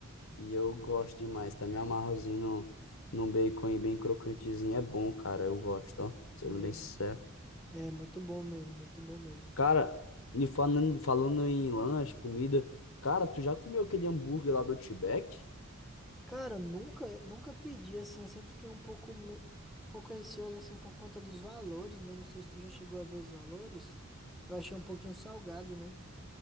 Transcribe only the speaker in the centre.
né?
É, é muito bom mesmo, muito bom mesmo.
Cara, nunca, nunca pedi assim, eu sempre fiquei um pouco, me- um pouco ansioso assim por conta dos valores, né? Não sei se tu já chegou a ver os valores. Eu achei um pouquinho salgado, né?